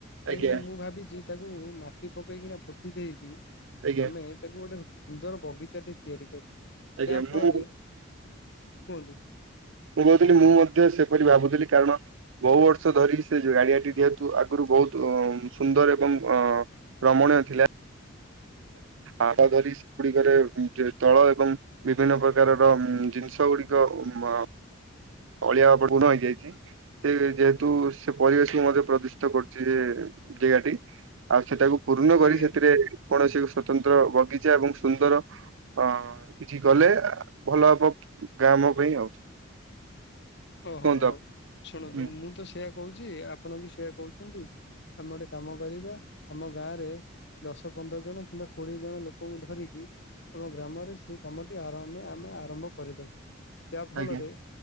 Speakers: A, on the left; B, on the right.
A: କାହିଁକି
B: ଆଜ୍ଞା
A: ନା ମୁଁ ଭାବିଛି ତାକୁ ମାଟି ପକେଇକିନା ପୋତି ଦେଇକି
B: ଆଜ୍ଞା
A: ଆମେ ତାକୁ ଗୋଟେ ସୁନ୍ଦର ବଗିଚାଟି ତିଆରି କରିବା
B: ଆଜ୍ଞା
A: ଯାହା ଫଳରେ
B: ମୁଁ ହୁଁ
A: କୁହନ୍ତୁ
B: ମୁଁ କହୁଥିଲି ମୁଁ ମଧ୍ୟ ସେପରି ଭାବୁଥିଲି କାରଣ ବହୁ ବର୍ଷ ଧରି ସେଉ ଗାଡ଼ିଆଟି ଯେହେତୁ ଆଗରୁ ବହୁତ ସୁନ୍ଦର ଏବଂ ଅ ରମଣୀୟ ଥିଲା। ଆଡ ଧରିକି ସେଗୁଡ଼ିକରେ ଜଳ ଏବଂ ବିଭିନ୍ନ ପ୍ରକାରର ଜିନିଷ ଗୁଡ଼ିକ ଆ ଅଳିଆ ଆବର୍ଜନା ହେଇଯାଇଛି। ସେ ଯେହେତୁ ସେ ପରିବେଶକୁ ମଧ୍ୟ ପ୍ରଦୂଷିତ କରୁଛି ଯେଗାଟି ଆଉ ସେଟାକୁ ପୂର୍ଣ୍ଣ କରି
A: ଆଜ୍ଞା।
B: ସେଥିରେ କୌଣସି ସ୍ଵତନ୍ତ୍ର ବଗିଚା ଏବଂ ସୁନ୍ଦର ହଁ କିଛି କଲେ ଭଲ ହବ ଗ୍ରାମ ପାଇଁ ଆଉ। କୁହନ୍ତୁ
A: ଓହୋ ହୋ
B: ଆପ-
A: ଶୁଣନ୍ତୁ
B: ହୁଁ
A: ମୁଁ ତ ସେଇଆ କହୁଛି ଆପଣ ବି ସେୟା କହୁଛନ୍ତି ଆମେ ଗୋଟେ କାମ କରିବା ତମ ଗାଁ ରେ ଦଶ ପନ୍ଦର ଜଣ କିମ୍ବା କୋଡ଼ିଏ ଜଣ ଲୋକଙ୍କୁ ଧରିକି ଆମ ଗ୍ରାମରେ ସେଇ କାମଟି ଆରାମ ରେ ଆମେ ଆରମ୍ଭ କରିଦବା ଯାହା ଫଳରେ
B: ଆଜ୍ଞା